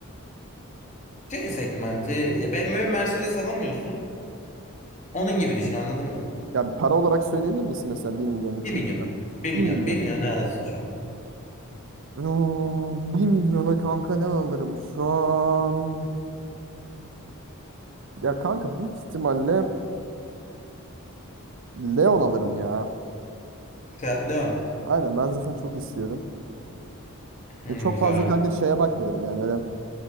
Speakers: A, on the left; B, on the right.
A: C segmenti ya BMW Mercedes alamıyorsun. Onun gibi düşün
B: Hı.
A: anladın mı?
B: Yani para olarak söyleyebilir misin mesela bir milyon 2
A: Bir milyon.
B: milyon
A: bir milyon.
B: Bir milyon.
A: bir milyon ne alırsın şu an?
B: Oo, bir milyona kanka ne alırım şu an? Ya kanka büyük ihtimalle Leon alırım ya.
A: Fiat Leon.
B: Aynen ben zaten çok istiyorum.
A: Hmm,
B: E, çok
A: güzel
B: fazla
A: araba.
B: kanka şeye bakmıyorum yani öyle